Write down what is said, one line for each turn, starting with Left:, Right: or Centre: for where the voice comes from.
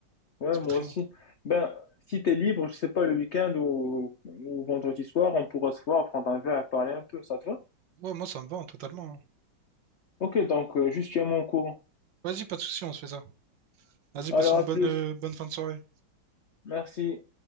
Left: Ouais,
Right: Ça
Left: moi
Right: fait très
Left: aussi.
Right: longtemps.
Left: Ben, si t'es libre, je sais pas, le week-end ou, ou vendredi soir, on pourra se voir, prendre un verre, parler un peu, ça te va?
Right: Ouais, moi, ça me va, hein, totalement. hein.
Left: Ok, donc, euh, juste tiens-moi au courant.
Right: Vas-y, pas de souci, on se fait ça. Vas-y,
Left: Alors,
Right: passe une
Left: à
Right: bonne,
Left: plus.
Right: euh, bonne fin de soirée.
Left: Merci.